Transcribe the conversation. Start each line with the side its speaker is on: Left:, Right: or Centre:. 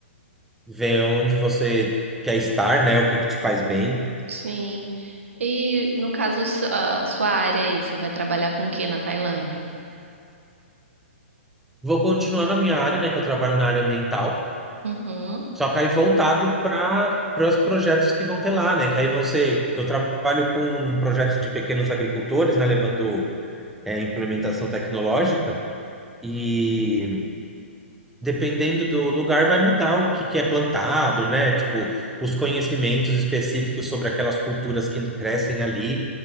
Centre: ver onde você quer estar, né? O que que te faz bem.
Right: sim. E no caso, su- a sua área aí, você vai trabalhar com o quê na Tailândia?
Centre: Vou continuar na minha área, né? Que eu trabalho na área ambiental.
Right: Uhum,
Centre: Só que aí voltado para para os projetos que vão ter lá, né? Que aí vão ser. Eu trabalho com projetos de pequenos agricultores, né? Levando é, implementação tecnológica. E dependendo do lugar, vai mudar o que, que é plantado, né? Tipo, os conhecimentos específicos sobre aquelas culturas que crescem ali.